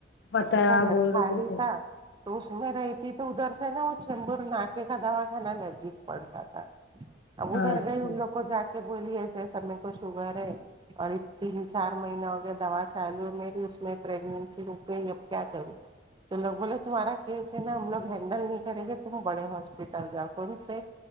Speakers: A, on the left; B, on the right.
A: بتایا
B: اس کا گھر
A: بول
B: خالی
A: رہے تیرے کو
B: تھا تو اس میں رہی تھی تو ادھر سے نا وہ چندور ناکے کا دوا کھنا نزدیک پڑتا تھا اب ادھر
A: اچھا
B: گئی ان لوگ کو جا کے بولی ایسے ایسا میں کو شگر ہے اور تین چار مہینہ ہو گیا دوا چالو ہے میری اس میں پریگننسی روک گئی اب کیا کروں تو لوگ بولے تمہارا کیس ہے نا ہم لوگ ہینڈل نہیں کریں گے تم بڑے ہاسپٹل جاؤ کون سے